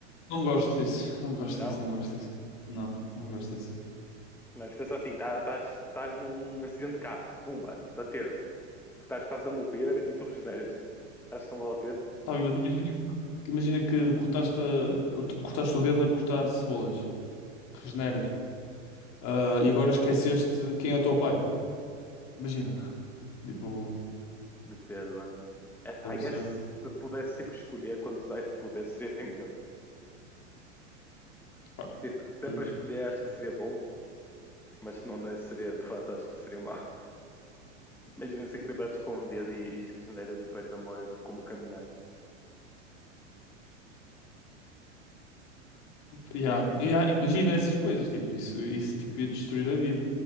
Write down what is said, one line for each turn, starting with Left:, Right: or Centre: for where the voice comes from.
Left: Não gosto disso. Não gosto
Centre: não.
Left: disso, não gosto disso. Não, não gosto disso.
Centre: Mas pensa assim, estás num acidente de carro, pumba, bateram-te. Tu estás quase a morrer e tu regeneras-te. Acho que não vale a pena?
Left: Tá bem, mas imagina, imagina que cortaste, a- cortaste o dedo a cortar cebolas. Regeneras. Ah, e agora esqueceste quem é o teu pai. Imagina. Tipo,
Centre: Depende, mano. I
Left: estás a
Centre: I
Left: perceber?
Centre: guess se pudesse tipo, escolher quando usaste poder, seria bem melhor.
Left: Pá,
Centre: Se se
Left: justo.
Centre: é para escolher, acho que seria bom, mas se não der, seria de fato, acho que seria mau. <laughs> Imagina se encrebates com um dedo e, e regeneras e perdes a memória de como caminhar.
Left: Yeah,
Centre: É,
Left: yeah, imagina essas coisas. Tipo, isso, isso tipo, ia destruir a vida.